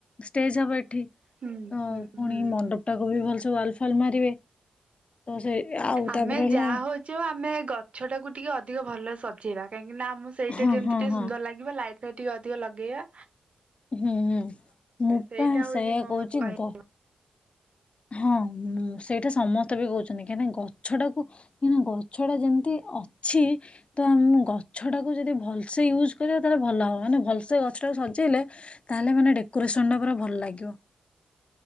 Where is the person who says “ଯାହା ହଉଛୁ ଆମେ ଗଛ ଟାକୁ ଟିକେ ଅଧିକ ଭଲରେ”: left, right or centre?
Right